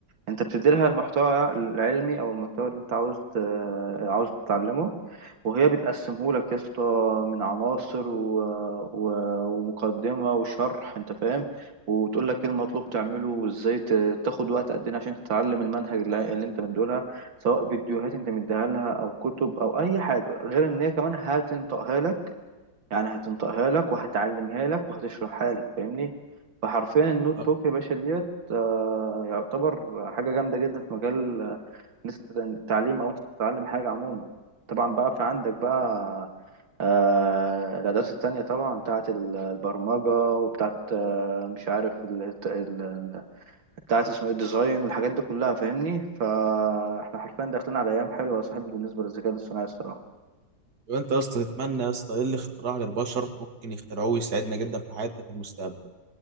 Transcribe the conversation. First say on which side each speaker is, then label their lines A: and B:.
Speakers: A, on the right; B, on the right.
A: انت بتديلها المحتوى العلمي او المحتوى اللي انت عاوز ت- عاوز تتعلمه وهي بتقسمه لك يا اسطى من عناصر و... و... ومقدمة وشرح انت فاهم وتقول لك ايه المطلوب تعمله وازاي ت... تاخد وقت قد ايه عشان تتعلم المنهج اللي اللي انت مديهولها سواء فيديوهات انت مديها لها او كتب او اي حاجة غير ان هي كمان هتنطقها لك يعني هتنطقها لك وهتعلمها لك وهتشرحها لك فاهمني فحرفيا النوت
B: آه.
A: بوك يا باشا ديت آه، يعتبر حاجة جامدة جدا في مجال آه، إن أنت تت- التعليم أو أنت تتعلم حاجة عموما طبعا بقى في عندك بقى آه، الأدوات التانية طبعا بتاعة ال- البرمجة وبتاعة آه، مش عارف ال- الت- ال- ال- بتاعة اسمه ايه الديزاين والحاجات دي كلها فاهمني فاحنا حرفيا داخلين على أيام حلوة يا صاحبي بالنسبة للذكاء الاصطناعي الصراحة
B: يبقى انت يا اسطى تتمنى يا اسطى ايه الاختراع للبشر ممكن يخترعوه ويساعدنا جدا في حياتنا في المستقبل